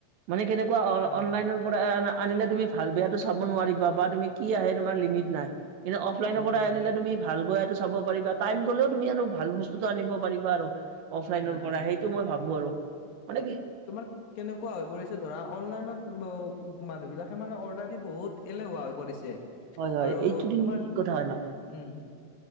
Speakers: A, on the right; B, on the left.
A: মানে কেনেকুৱা অ-অনলাইনৰ
B: হয়
A: পৰা আন-আনিলে তুমি ভাল বেয়াটো চাব নোৱাৰিবা বা তুমি কি আহে তুমাৰ লিমিট নাই, কিন্তু অফলাইনৰ
B: উম
A: পৰা
B: উম
A: আনিলে তুমি ভাল বেয়াটো চাব পাৰিবা টাইম গলেও তুমি আৰু ভাল বস্তুটো আনিব পাৰিবা আৰু। অফলাইনৰ
B: উম
A: পৰা
B: উম
A: সেইটো মই ভাবো আৰু, মানে
B: তোমাৰ কেনেকুৱা হৈ পৰিছে ধৰা অনলাইনত মানুহবিলাকে মানে অৰ্ডাৰ দি বহুত এলেহুৱা হৈ পৰিছে।
A: হয় হয়
B: আৰু
A: এইটো কিন্তু
B: তোমাৰ
A: ঠিক কথা হয় ন।
B: উম,